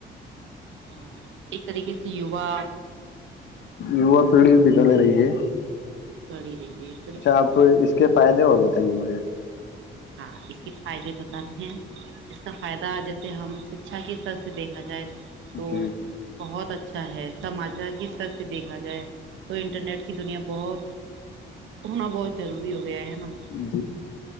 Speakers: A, on the right; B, on the left.
A: ہاں ایک طریقے سے جیوا
B: یووا پیڑھی بگڑے رہی ہے
A: بگڑی رہی ہے ایک طریقے
B: اچھا آپ
A: سے
B: اس کے فائدے اور بت بتیے مجھے
A: ہاں اس کے فائدے بت ے ہیں اس کا فائدہ جیسے ہم شکچھا کے استر سے دیکھا جائے تو
B: جی
A: تو بہت اچھا اچھا ہے سماچار کس طرح سے دیکھا جائے تو انٹرنیٹ کی دنیا بہت ہونا بہت ضروری ہو گیا ہے ہےا
B: جی